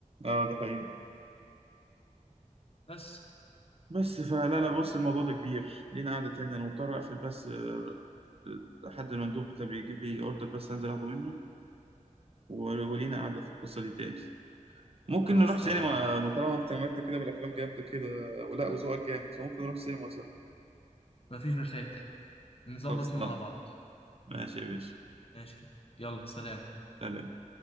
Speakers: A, on the right; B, on the left.
A: اه ده حقيقي
B: بس
A: بس فلا لا بص الموضوع ده كبير لينا قعدة تاني أنا مضطر أقفل بس آه، آه، حد المندوب بتاع بيجيب لي أوردر بس أنزل أخده منه و- ولينا قعدة في القصة دي تاني ممكن
B: خلاص
A: نروح سينما
B: تمام
A: ما طالما اهتماماتنا كده بالأفلام جامدة كده ولا وذوقك جامد فممكن نروح سينما سوا
B: مفيش مشاكل نظبط
A: خلصان
B: يوم مع بعض
A: ماشي يا باشا
B: ماشي يلا سلام
A: سلام